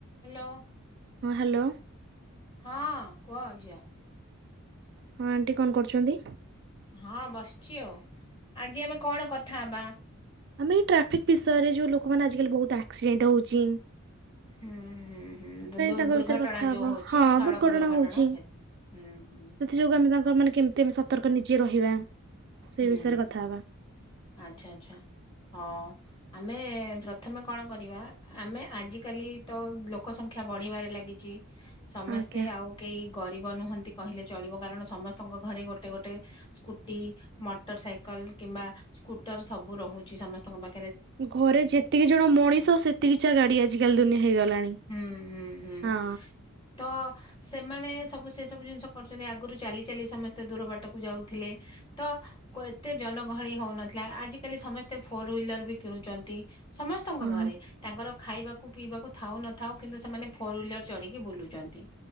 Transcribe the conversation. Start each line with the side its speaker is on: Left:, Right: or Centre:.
Left: Hello.
Right: ହଁ hello.
Left: ହଁ କୁହ ଝିଅ।
Right: ହଁ ଆଣ୍ଟି କଣ କରୁଛନ୍ତି?
Left: ହଁ ବସିଛି ଆଉ, ଆଜି ଆମେ କଣ କଥା ହେବା?
Right: ଆମେ ଏଇ ଟ୍ରାଫିକ୍ ବିଷୟରେ ଯୋଉ ଲୋକମାନେ ଆଜିକାଲି ବହୁତ ଆକ୍ସିଡେଣ୍ଟ ହଉଚି।
Left: ହୁଁଁ। ଉଁ, ହୁଁ ଦୁନ୍ ଦୁର୍
Right: ତାଙ୍କ
Left: ଦୁର୍ଘଟଣା
Right: ବିଷୟରେ କଥା ହବ
Left: ଯୋଉ ହଉଛି
Right: ହଁ
Left: ସଡକ ଦୁର୍ଘଟଣା
Right: ହଉଛି।
Left: ସେଥା ହୁଁ, ହୁଁ।
Right: ସେଥି
Left: ହୁଁ
Right: ଯୋଗୁଁ ଆମେ ତାଙ୍କ ମାନେ କେମିତି ଆମେ ସତର୍କ ନିଜେ ରହିବା। ସେ
Left: ହୁଁ
Right: ବିଷୟରେ କଥା ହବା
Left: ଆଚ୍ଛା ଆଚ୍ଛା ହଁ। ଆମେ ପ୍ରଥମେ କଣ କରିବା ଆମେ ଆଜିକାଲି ତ ଲୋକ ସଂଖ୍ୟା ବଢିବାରେ ଲାଗି ଛି ସମସ୍ତେ
Right: ଆଜ୍ଞା
Left: ଆଉ କେହି ଗରିବ ନୁହନ୍ତି କହିଲେ ଚଳିବ କାରଣ ସମସ୍ତଙ୍କ ଘରେ ଗୋଟେ ଗୋଟେ ସ୍କୁଟି ମଟରସାଇକଲ କିମ୍ବା ସ୍କୁଟର ସବୁ ରହୁଛି ସମସ୍ତଙ୍କ ପା
Right: ଘରେ ଯେତିକି ଜଣ ମଣିଷ ସେତିକି ଚା ଗାଡି ଆଜିକାଲି ଦୁନିଆ ହେଇଗଲାଣି।
Left: ହୁଁ ହୁଁ ହୁଁ
Right: ହଁ
Left: ତ ସେମାନେ ସବୁ ସେ ସବୁ ଜିନିଷ କରିଚ ଚନ୍ତି ଆଗରୁ ଚାଲି ଚାଲି ସମସ୍ତେ ଦୂର ବାଟକୁ ଯାଉଥିଲେ। ତ କ୍ୱେତେ ଜନଗହଳି ହଉନଥିଲା ଆଜିିକାଲି ସମସ୍ତେ ଫୋର ହ୍ୱିଲର ବି କିଣୁଛନ୍ତି। ସମସ୍ତଙ୍କ
Right: ହଁ।
Left: ଘରେ ତାଙ୍କର ଖାଇବାକୁ ପିଇବାକୁ ଥାଉ ନଥାଉ କିନ୍ତୁ ସେମାନେ ଫୋର ହ୍ୱିଲର ଚଢିକି ବୁଲୁଛନ୍ତି